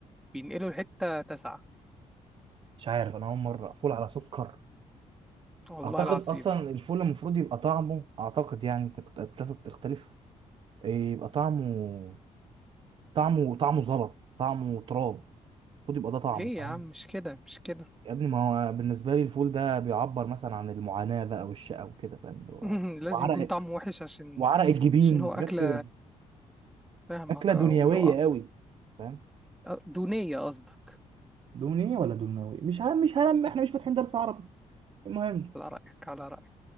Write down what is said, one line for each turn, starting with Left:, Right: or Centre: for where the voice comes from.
Centre: بينقله لحتة تسعة
Right: مش عارف انا اول مرة فول على سكر
Centre: والله
Right: اعتقد
Centre: العظيم
Right: اصلا الفول المفروض يبقى طعمه اعتقد يعني انت كنت اتفق تختلف إيه، يبقى طعمه طعمه طعمه زلط طعمه تراب المفروض يبقى ده طعمه
Centre: ليه
Right: فاهم
Centre: يا عم مش كده مش كده
Right: يا ابني ما هو بالنسبه لي الفول ده بيعبر مثلا عن المعاناه بقى والشقه وكده فاهم اللي هو-
Centre: <laughs> لازم
Right: وعرق
Centre: يكون طعمه وحش عشان
Right: وعرق الجبين
Centre: عشان هو
Right: وحاجات
Centre: أكلة
Right: كده
Centre: فاهمك
Right: اكله دنيويه
Centre: أو اللي هو
Right: قوي فاهم
Centre: دونية قصدك
Right: دونية ولا دونوية مش عارف مش هلم احنا مش فاتحين درس عربي المهم
Centre: على رأيك على رأيك